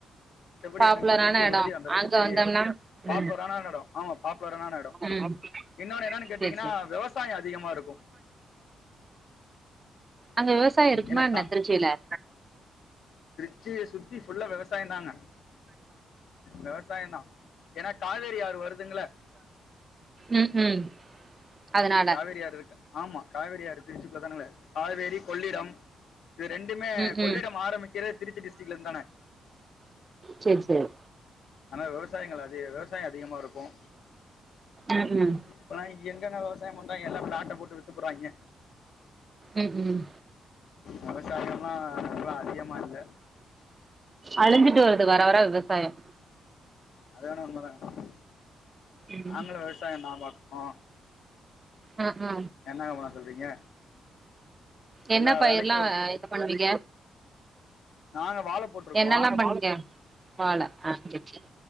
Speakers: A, on the left; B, on the right.
A: மித்தபடி
B: பாப்புலரான
A: எனக்கு திருச்சிய
B: எடோ
A: பத்தி அந்த அளவுக்கு
B: அங்க
A: தெரியாது
B: வந்தோம்னா
A: பாப்புலரானா
B: ம்
A: எடோ ஆமா பாப்புலர்னான எடோ
B: ம்
A: இன்னொன்னு என்னன்னு கேட்டீங்கன்னா
B: சேரி சேரி
A: விவசாயோ அதிகமா இருக்கும்
B: அங்க விவசாயோ இருக்குமா
A: எனக்கா
B: என்ன திருச்சியில
A: திருச்சிய சுத்தி ஃபுல்லா விவசாயந்தாங்க விவசாயந்தா ஏன்னா காவேரி ஆறு வருதுங்கல
B: ம் ம் அதனால
A: காவேரி ஆறு இருக்கு ஆமா காவேரி ஆறு திருச்சிக்குள்ள தானுங்கலே காவேரி கொள்ளிடம் இது ரெண்டுமே
B: ம் ம்
A: கொள்ளிடம் ஆரம்பிக்கிறது திருச்சி டிஸ்டிரிக்ல இருந்து தானே
B: சேரி சேரி
A: ஆனா விவசாயங்கள் அதிக விவசாயோ அதிகமா இருக்கு
B: ம் ம்
A: இப்பல்லா எங்கங்க விவசாயோ பண்றாங்க எல்லா ப்லாட்ட போட்டு வித்துப்புட்றாங்க
B: ம் ஹும்
A: விவசாயம்லா இப்ப அதிகமா இல்ல
B: அழிஞ்சிட்டு வருது வர வர விவசாயம்
A: அது ஆனா உண்ம தாங்க
B: ம்
A: நாங்களு விவசாயந்தா பாக்குறோ
B: அ அ
A: என்னங்க பண்ண சொல்றீங்க
B: என்ன
A: எல்லா
B: பயிர்லா
A: வேலைக்கும் ஒரு
B: இது பண்ணுவீங்க
A: நாங்க வாழை போட்டிருக்கோம்
B: என்னல்லா பண்ணீங்க வாழ ஆ செரி செரி